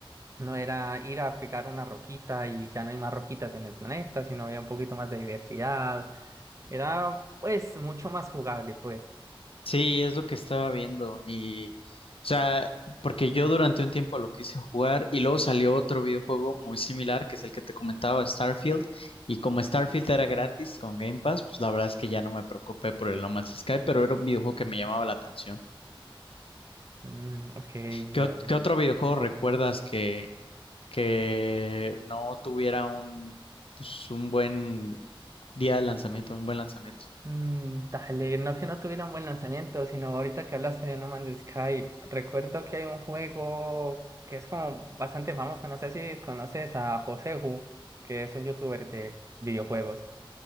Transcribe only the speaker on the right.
No era ir a picar una roquita y ya no hay más roquitas en el planeta, sino había un poquito más de diversidad. Era, pues, mucho más jugable, pues.
Mm, ok,
dale.
Mm, dale, no que no tuviera un buen lanzamiento, sino ahorita que hablaste de No Man's Sky, recuerdo que hay un juego que es como bastante famoso, no sé si conoces a Joseju, que es un youtuber de videojuegos.